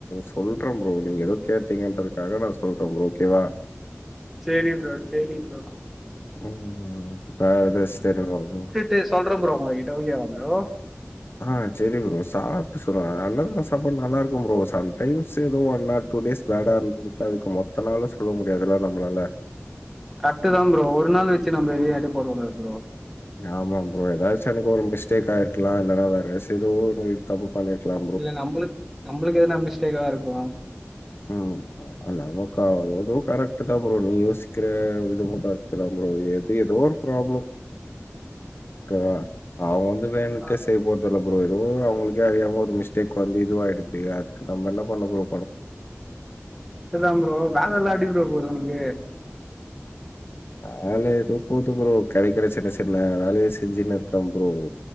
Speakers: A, on the left; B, in the centre.
A: சொல்றே ப்ரோ நீங்க ஏதோ கேட்டீங்கன்றதுக்காக நா சொல்றே ப்ரோ ஓகேவா
B: சேரி ப்ரோ சேரி ப்ரோ
A: <unintelligible>
B: சேர் சொல்றே ப்ரோ உங்க கிட்ட ஓகே ப்ரோ
A: ஆ சேரி ப்ரோ சாப்பிட்டு சொல் அன்னதான சாப்பாடு நல்லா இருக்கு ப்ரோ சம்டைம்ஸ் ஏதோ <unintelligible> டூ டேஸ் பேடா இருந்ததுக்கு அது மத்த நாளு சொல்ல முடியாதுல்லா நம்மளால
B: கரேட்டு தா ப்ரோ ஒரு நாள் வச்சு நம்ம எதையு எட போட கூடாது ப்ரோ
A: ஆமா ப்ரோ ஏதாச்சு அனேக்கிகு ஒரு மிஸ்டேக் ஆயிருக்கலா இல்லன்னா வேற இதுவு தப்பு பண்ணிர்க்கலா
B: இல்ல நம்மளுக்கு நம்மளுக்கு எதனா மிஸ்டேக்கா இருக்கு
A: ம் அ நமக்காக கரெக்ட் தா ப்ரோ நீ யோசிக்கிற விதமா கரெக்ட் தா ப்ரோ எது ஏதோ பிராபல அ அவ வந்து வேணுட்டு
B: ஆ,
A: செய்ய போற இல்ல ப்ரோ அவங்கக்கே அறியாம ஒரு மிஸ்டேக் வந்து இதுவ ஆயிடுதுக்கு அதுக்கு நம்ம என்ன பண்ண பரோ
B: இதான் ப்ரோ வேல எல்லா எப்டி ப்ரோ போது உனக்கு
A: வேலை எதோ போது ப்ரோ கேடக்கிற சின்ன சின்ன வேலயை செஞ்சுன்னு இருக்கான் ப்ரோ